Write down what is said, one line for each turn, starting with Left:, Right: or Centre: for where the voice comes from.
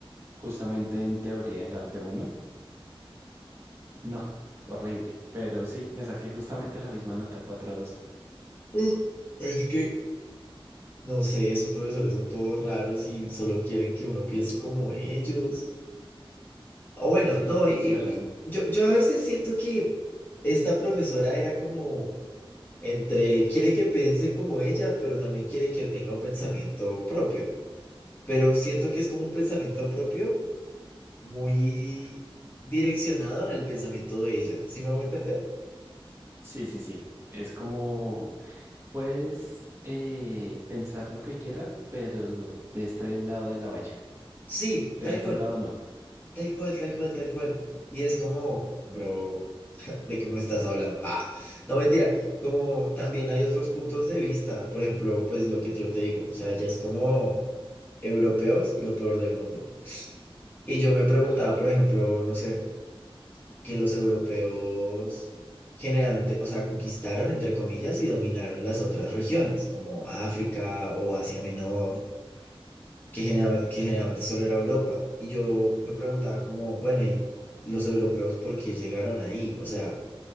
Right: justamente en teoría del arte uno. No, horrible, pero sí, me saqué justamente la misma nota cuatro dos.
Left: Uh, es que, no sé, esos profesores son todos raros y solo quieren que uno piense como ellos. O bueno,
Right: Sí,
Left: no,
Right: s-
Left: y-
Right: cierran.
Left: y- y yo, yo a veces siento que esta profesora era como entre quiere que piense como ella, pero también quiere que tenga un pensamiento propio. Pero siento que es como un pensamiento propio muy direccionado al pensamiento de ella. ¿Sí me hago entender?
Right: Sí, sí, sí. Es como, puedes eh, pensar lo que quiera, pero de este lado de la valla.
Left: Sí,
Right: Del
Left: tal
Right: otro
Left: cual,
Right: lado no.
Left: tal cual, tal cual, tal cual. Y es como, bro, ¿de qué me estás hablando? Ah, no mentira, como también hay otros puntos de vista, por ejemplo, pues lo que yo te digo, o sea, ya es como europeos, lo peor del mundo. Y yo me preguntaba,
Right: Ajá.
Left: por ejemplo, no sé. que los europeos generalmente, o sea, conquistaron, entre comillas, y dominaron las otras regiones, como África o Asia Menor, que, genera- que generalmente solo era Europa. Y yo me preguntaba como, bueno, ¿y los europeos por qué llegaron ahí? O sea,